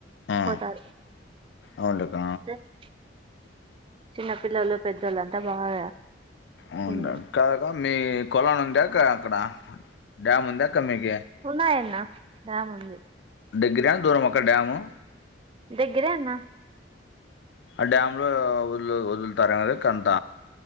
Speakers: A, on the left; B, on the right.
A: ఆ
B: పోతది
A: అవునులెక్క
B: హ్మ్మ్ చిన్న పిల్లోళ్ళు పెద్దోళ్ళంతా బాగా
A: ఉనులే
B: ఉన్-
A: కాదా మీ కొలను ఉందాక అక్కడ డ్యామ్ ఉంద అక్క మీకి
B: ఉన్నాయి అన్న డ్యామ్ ఉంది
A: దెగ్గర దూరమా అక్క డ్యాము
B: దగ్గరే అన్న
A: ఆ డ్యామ్లో వదులు వదులుతార అక్క అంత